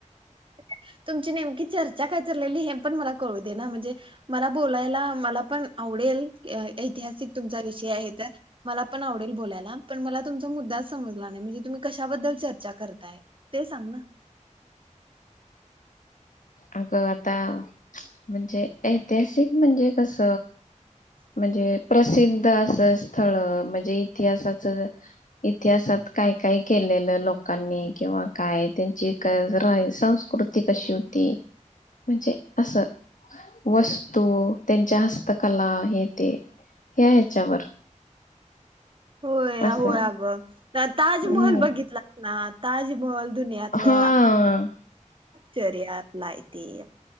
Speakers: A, on the right; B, on the left.
A: <unintelligible> तुमची नेमकी चर् र्चा काय चाललेलय हे पण मला कळुदे ना म्हणजे मला बोलायला मला पण आवडेल ऐतिहासिक तुमचा विषय आहे त मला पण आवडेल बोलायला पण मला तुमचा मुद्दाच समजला नाही म्हणजे तुम्ही कशाबद्दल चर्चा कर काय ते सांग ना
B: अगं आता म्हणजे ऐतिहासिक म्हणजे कस म्हणजे प्रसिन अस स्थळ म्हणजे इतिहासाच इतिहासात काय काय केलेलं लोकांनी किंवा काय क राय त्यांची संस्कृती कशी होती. म्हणजे असं वस्तू त्यांच्या हस्तकला हेे ते ह्या ह्याच्यावर
A: होय
B: असं
A: होय अग ता ताजमहल
B: हम्म
A: बघितला ना ताजमहल दुनियातलं
B: हा
A: चर्यात नाही ते